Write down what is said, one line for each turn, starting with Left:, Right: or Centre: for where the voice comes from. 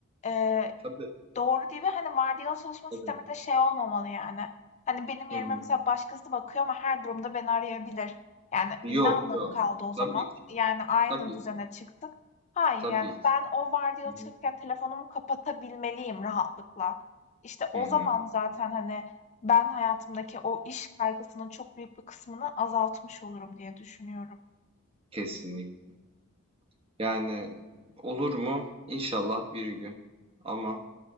Left: eee,
Right: Tabii,
Left: Doğru değil ve hani vardiyalı çalışma
Right: tabii.
Left: sistemi de şey olmamalı yani. Hani benim yerime
Right: Hı hı.
Left: mesela başkası bakıyor ama her durumda beni arayabilir. Yani
Right: Yok,
Left: ne anlamı
Right: yok.
Left: kaldı o zaman?
Right: Tabii ki,
Left: Yani aynı
Right: tabii
Left: düzene
Right: ki,
Left: çıktık. Hayır
Right: tabii
Left: yani
Right: ki.
Left: ben o vardiyalı
Right: Hı hı.
Left: çalışırken telefonumu kapatabilmeliyim rahatlıkla. İşte o
Right: Hı hı.
Left: zaman zaten hani ben hayatımdaki o iş kaygısının çok büyük bir kısmını azaltmış olurum diye düşünüyorum.
Right: Kesinlikle. Yani olur mu? İnşallah bir gün. Ama